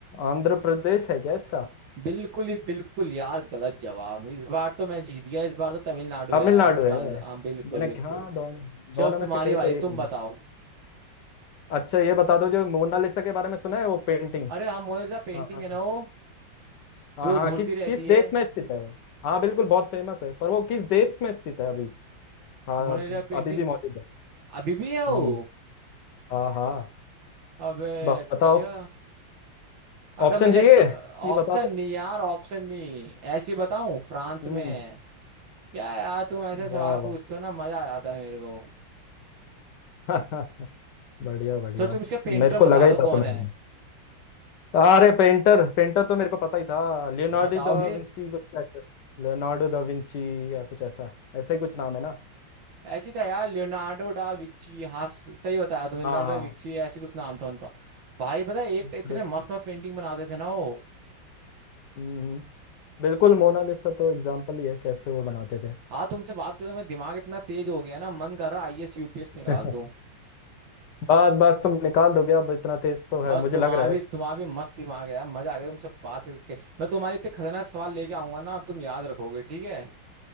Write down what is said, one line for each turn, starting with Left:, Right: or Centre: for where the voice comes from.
Left: आंध्र प्रदेश है क्या इसका
Right: बिल्कुल ही बिल्कुल यार गलत जवाब इस बार तो मैं जीत गया इस बार तो तमिलनाडु
Left: तमिलनाडु
Right: है यार इसका
Left: है
Right: आंसर हाँ बिल्कुल
Left: मैंने
Right: बिल्कुल
Left: हाँ दोनों
Right: चलो
Left: दोनों
Right: तुम्हारी
Left: में से कोई
Right: बारी
Left: तो
Right: तुम
Left: एक होगा
Right: बताओ
Left: अच्छा ये बता दो जो मोनालिसा के बारे में सुना है वो पेंटिंग
Right: अरे हम मोनालिसा पेंटिंग
Left: हाँ
Right: है ना वो
Left: हाँ
Right: जो
Left: हाँ
Right: घूरती
Left: किस
Right: रहती
Left: किस
Right: है
Left: देश में स्थित है वो हाँ बिल्कुल बहुत फेमस है पर वो किस देश में स्थित है अभी हाँ
Right: मोनालिसा पेंटिंग
Left: अभी भी मौजूद है
Right: अभी भी है वो
Left: हम्म हाँ हाँ
Right: अबे
Left: ब-
Right: अच्छा
Left: बताओ
Right: अगर
Left: ऑप्शन
Right: मैंने
Left: चाहिए
Right: ऑप्शन
Left: कि बता दो
Right: नहीं यार ऑप्शन नहीं ऐसी बताऊं फ्रांस
Left: हम्म
Right: में है क्या यार तुम ऐसे सवाल
Left: वाह
Right: पूछते हो ना मजा आ जाता है मेरे को
Left: वाह <laughs> बढ़िया बढ़िया
Right: तो तुम इसका पेंटर
Left: मेरे
Right: बता
Left: को लगा
Right: दो
Left: ही
Right: कौन
Left: था तुम्हें
Right: है
Left: अरे पेंटर पेंटर तो मेरे को पता ही था लियोनार्डो
Right: तो बताओ
Left: दा
Right: फिर
Left: विंची कुछ लियोनार्डो दा विंची या कुछ ऐसा ऐसा ही कुछ नाम है ना
Right: ऐसी था यार लियोनार्डो डा विची हाँ स- सही बताया तुमने
Left: हाँ
Right: लियोनार्डो
Left: हाँ
Right: विची ऐसी कुछ नाम था उनका भाई पता है एक
Left: बिल्कुल
Right: इतने मस्त मस्त पेंटिंग बनाते थे ना वो
Left: हम्म, बिल्कुल मोनालिसा तो एग्जाम्पल ही है कैसे वो बनाते थे
Right: हाँ तुमसे बात करें मैं दिमाग इतना तेज हो गया ना मन कर रहा आईएएस यूपीएस निकाल
Left: <laughs>
Right: दूं
Left: बस बस तुम निकाल दोगे अब इतना तेज तो है
Right: बस
Left: मुझे
Right: तुम्हारा
Left: लग रहा
Right: भी
Left: है
Right: तुम्हारा भी मस्त दिमाग है यार मजा आ गया तुमसे बात करके मैं तुम्हारे इतने खतरनाक सवाल लेके आऊंगा ना अब तुम याद रखोगे ठीक है